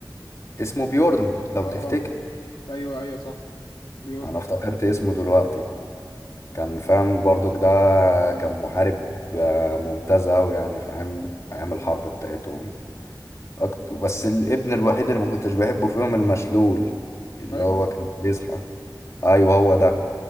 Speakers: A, on the left; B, on the left.
A: اسمه بيورن لو
B: آه
A: تفتكر
B: آه. أيوه أيوه صح بيورن
A: انا افتكرت اسمه دلوقتي
B: آه
A: كان فاهم برضك ده كان محارب آه، ممتاز اوي يعني فاهم ايام الحرب بتاعتهم أكت- بس الابن الوحيد اللي ما كنتش بحبه فيهم المشلول اللي
B: آه ايفر
A: هو كان بيزحف ايوه هو ده